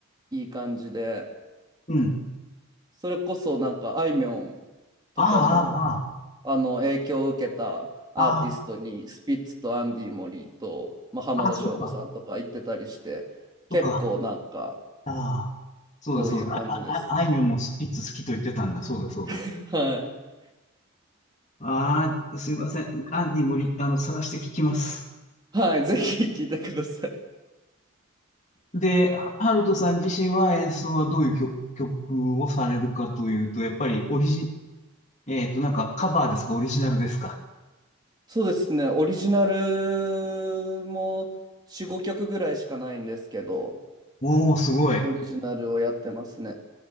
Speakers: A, on the right; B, on the left.
A: いい感じで、
B: うん。
A: それこそなんかあいみょんとかも、
B: ああ、ああ、
A: あの、影響を受けたアーティストに、
B: ああ、
A: スピッツとアンディ・モリーと、まあ、浜田省吾さんとか行ってたりして、
B: ああ、そっか。
A: 結構なんか、
B: そっか。ああ。そうだそうだ。
A: そういう感じですね。
B: あ、あ、あいみょんもスピッツ好きと言ってたんだ。そうだそうだ。
A: <laughs> はい。
B: ああ、すいません。アンディ無理、あの、探して聞きます。
A: はい、ぜひ聞いてください。
B: で、ハハルトさん自身は演奏はどういう曲、曲をされるかというと、やっぱりオリジ、えっと、なんかカバーですか、オリジナルですか。
A: そうですね、オリジナルも4、5曲ぐらいしかないんですけど、
B: おー、すごい。
A: オリジナルをやってますね。